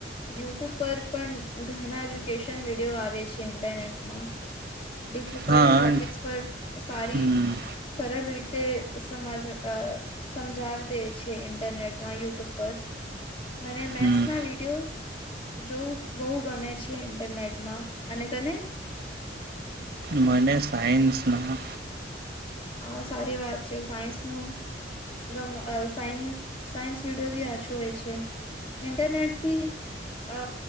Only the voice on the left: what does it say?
યુટ્યુબ પર પણ ઘણા એજ્યુકેશન વિડીયો આવે છે ઇન્ટરનેટમાં. ડિફિકલ્ટ
ટોપિક્સ પર. સારી
સરળ રીતે સમજ સમજાવી દે છે ઇન્ટરનેટમાં યુટ્યુબ પર. મને મેથસ
ના વિડીયો. જોવું બહુ ગમે છે ઇન્ટરનેટમાં અને તને.
આ સારી વાત છે સાયન્સનું સાય સાયન્સ વિડીિયો બી આછો હોય છે ઇન્ટરનેટથી અ